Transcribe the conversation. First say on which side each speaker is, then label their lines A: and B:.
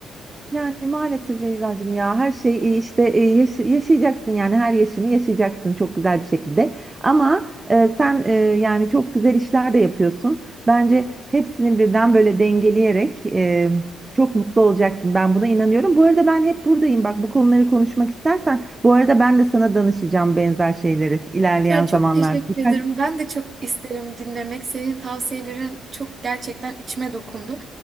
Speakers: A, on the right; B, on the right.
A: Yani maalesef Beyza'cığım ya her şey e, işte e, yaşı- yaşayacaksın yani her yaşını yaşayacaksın çok güzel bir şekilde. Ama e, sen e, yani çok güzel işler de yapıyorsun. Bence hepsini birden böyle dengeleyerek e, çok mutlu olacaksın. Ben buna inanıyorum. Bu arada ben hep buradayım. Bak bu konuları konuşmak istersen bu arada ben de sana danışacağım benzer şeyleri ilerleyen
B: Ya çok
A: zamanlarda.
B: teşekkür
A: Birkaç.
B: ederim. Ben de çok isterim dinlemek. Senin tavsiyelerin çok gerçekten içime dokundu.